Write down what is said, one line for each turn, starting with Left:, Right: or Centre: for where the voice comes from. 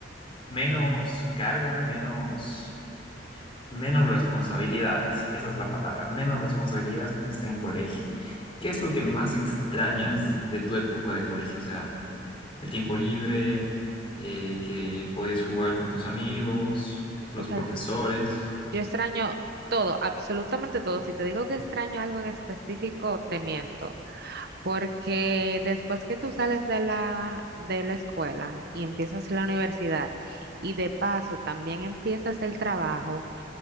Left: menos carga, menos, menos responsabilidades. Esa es la palabra, menos responsabilidades cuando está en colegio. ¿Qué es lo que más extrañas de tu época de colegio? O sea, el tiempo libre, eh, que podías jugar con tus amigos, los
Right: O sea,
Left: profesores.
Right: yo extraño todo, absolutamente todo. Si te digo que extraño algo en específico, te miento. Porque después que tú sales de la, de la escuela y empiezas la universidad y de paso también empiezas el trabajo,